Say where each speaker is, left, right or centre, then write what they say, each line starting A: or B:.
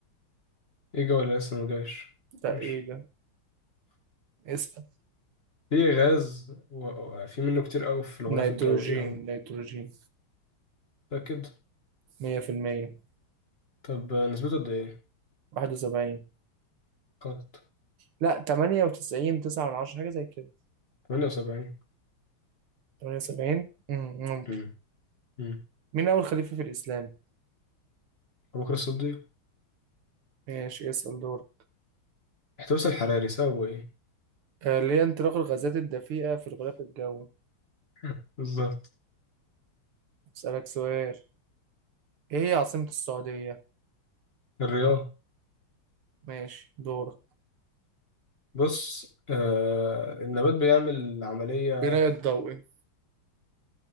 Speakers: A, on the left; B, on the right.
A: اجا ولا لسه ما جاش
B: لا
A: ماشي
B: ايجا اسأل
A: في غاز و... و- في منه كتير قوي في الغلاف
B: نيتروجين
A: الجوي ايه هو
B: نيتروجين
A: متأكد
B: مية في المية
A: طب نسبته قد ايه
B: واحد وسبعين
A: قط
B: لا تمانية وتسعين تسعة من عشرة حاجة زي كده
A: 78
B: تمانية وسبعين مم، ممكن
A: امم امم
B: مين أول خليفة في الإسلام؟
A: ابو بكر الصديق
B: ماشي اسأل دور
A: احتباس الحراري سببه ايه
B: آه، ليه انطلاق الغازات الدفيئة في الغلاف الجوي؟
A: <laughs> بالظبط
B: أسألك سؤال ايه هي عاصمة السعودية؟
A: الرياض
B: ماشي دورك
A: بص آه النبات بيعمل عملية
B: بناء الضوئي